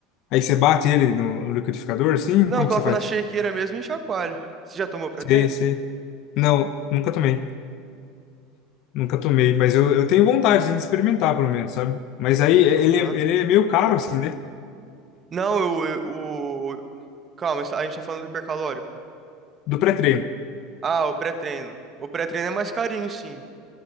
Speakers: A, on the left; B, on the right.
A: Aí você bate ele no liquidificador, assim?
B: Não,
A: Como
B: eu coloco
A: que você faz?
B: na shakeira mesmo e chacoalho. Você já tomou pré-treino?
A: Sei, sei. Não, nunca tomei. Nunca tomei, mas eu, eu tenho vontade assim, de experimentar, pelo menos, sabe? Mas aí é,
B: Aham.
A: ele, é- ele é meio caro, assim, né?
B: Não, eu, eu- o. Calma, a gente tá falando do hipercalórico.
A: Do pré-treino.
B: Ah, o pré-treino. O pré-treino é mais carinho, sim.